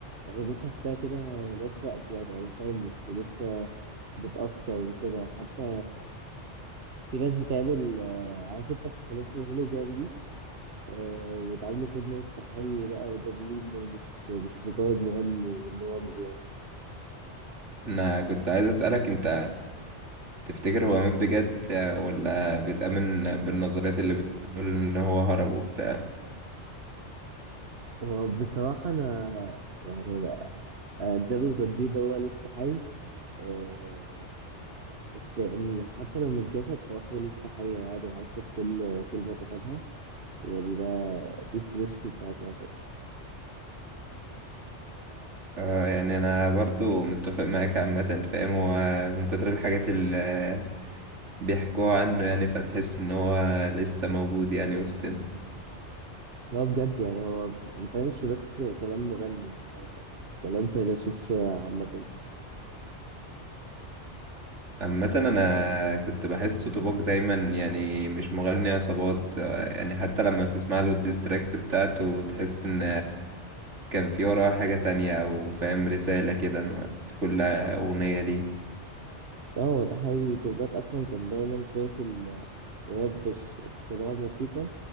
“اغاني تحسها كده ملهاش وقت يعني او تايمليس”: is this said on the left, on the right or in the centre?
Right